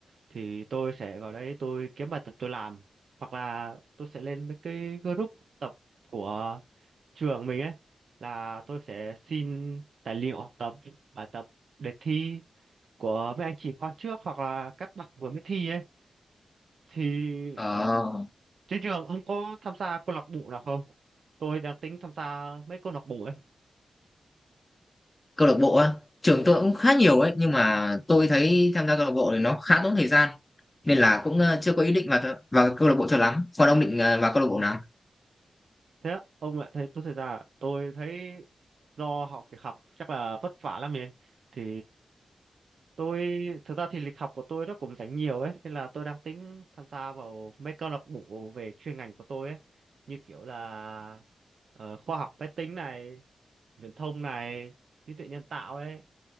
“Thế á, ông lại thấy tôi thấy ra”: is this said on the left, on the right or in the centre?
Right